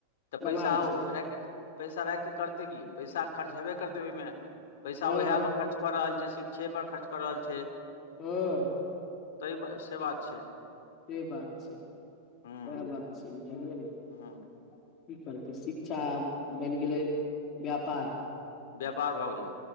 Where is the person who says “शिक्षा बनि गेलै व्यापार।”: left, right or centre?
Left